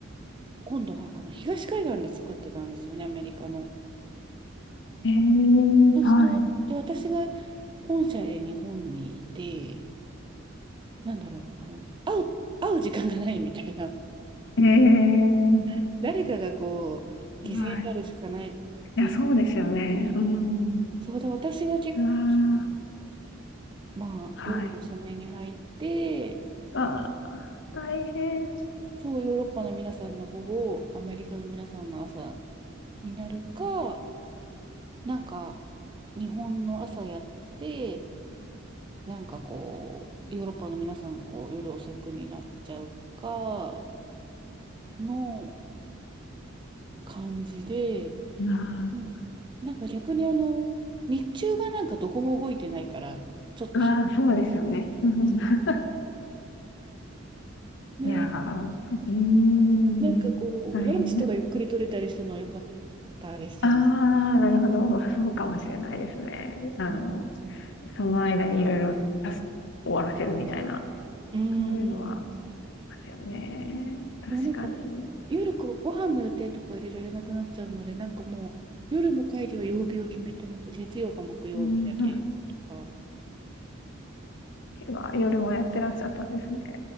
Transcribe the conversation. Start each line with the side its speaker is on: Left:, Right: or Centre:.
Right: 今度はあの東海岸で作ってたんですよね、アメリカの。
Left: えー、
Right: そうすると、
Left: はい。
Right: で、私が本社で日本にいて、なんだろう、あの、会う、会う時間がないみたいな。
Left: えー、
Right: <laughs> 誰かがこう、犠牲になるしかないって言っ
Left: はい。いや、そうですよね。
Right: て、
Left: うん。
Right: そうで、私が結構、
Left: うわ
Right: その、まあ、
Left: ーはい。
Right: 夜遅めに入って、
Left: さあ、大変。
Right: そう、ヨーロッパの皆さんの午後、アメリカの皆さんの朝になるか、なんか、日本の朝やって、なんかこう、ヨーロッパの皆さんがこう、夜遅くになっちゃうか、の感じで、
Left: ま
Right: うんなんか逆にあの、日中がなんかどこも動いてないから、ちょっとひ、
Left: あ、ああ、そうですよね。<laughs> うん
Right: ね、
Left: いやー、うーん、
Right: なんかこう、
Left: 大変。
Right: ランチとかゆっくり取れたりしたのは良かったですけど。
Left: ああ、なるほど。そうかもしれないですね。あの、
Right: うん。
Left: その間にいろいろタスク終わらせるみたいな、
Right: うん。
Left: そういうのはありますよね。確かに。
Right: でもなんか、夜こうご飯の予定とか入れられなくなっちゃうので、なんかもう、夜の会議は曜日を決めてます。月曜か木曜日だけとか。
Left: うん、そうは夜もやってらっしゃったんですね。